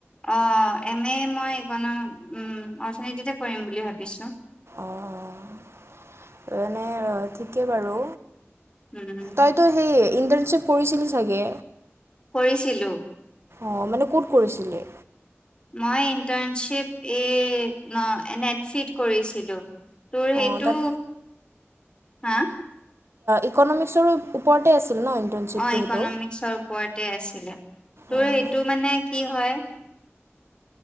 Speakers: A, on the left (about 20°); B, on the right (about 65°).
A: অঁ এম এ মই ইকন উম্ অৰ্থনীতিতে কৰিম বুলি ভাবিছোঁ।
B: অঁ এনে ঠিকে বাৰু,
A: উম,
B: তই তই সেই ইন্টাৰ্ণশ্বিপ কৰিছিল চাগে?
A: কৰিছিলো।
B: অঁ মানে ক'ত কৰিছিলি?
A: মই ইণ্টাৰ্ণশ্বিপ এই ন এন্ এট চিট কৰিছিলোঁ। তোৰ সেইটো,
B: অঁ তাত
A: হা?
B: ইকনমিক্সৰো ওপৰতে আছিল ন? ইণ্টাৰ্ণশ্বিপটো
A: অঁ ইকনমিক্সৰ
B: সেইটো
A: ওপৰতে আছিলে, তোৰ
B: অঁ
A: সেইটো মানে কি হয়